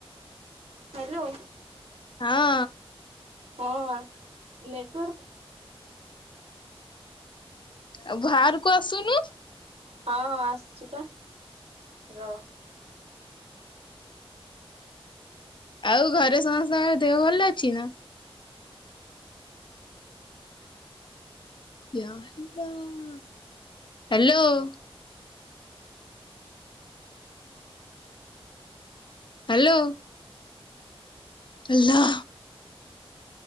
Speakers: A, on the right; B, on the left.
A: ହ୍ୟାଲୋ
B: ହଁ।
A: ହଁ ନେଟୱାର୍କ୍
B: ଆଉ ବାହାରକୁ ଆସୁନୁ।
A: ହଁ ହଁ ଆସଛି ବା ରହ।
B: ଆଉ ଘରେ ସମସ୍ତଙ୍କ ଦେହ ଭଲ ଅଛି ନା? <unintelligible> ହ୍ୟାଲୋ। ହ୍ୟାଲୋ। ହ୍ୟାଲୋ।